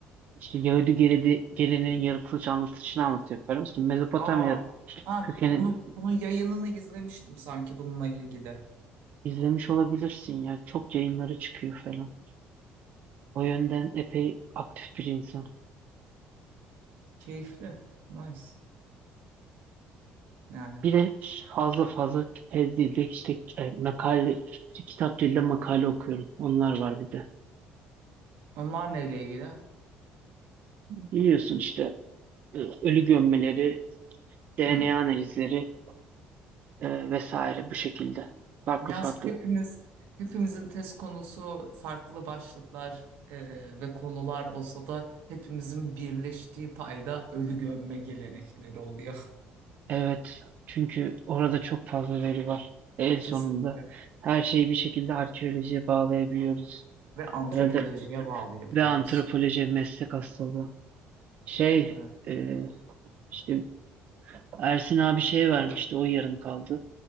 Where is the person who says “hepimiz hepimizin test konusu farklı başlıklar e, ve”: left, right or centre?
Right